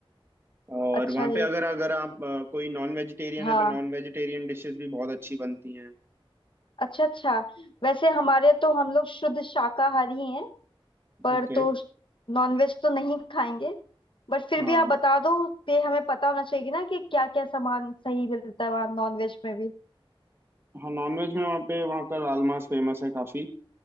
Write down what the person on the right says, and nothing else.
और
वहाँ पे
अगर अगर आप अ, कोई नॉन वेजिटेरियन
है तो नॉन वेजिटेरियन डिशेस भी बहुत अच्छी बनती हैं
ओके
हाँ
हाँ नॉन वेज में वहाँ पे वहाँ का लाल मांस फेमस है काफ़ी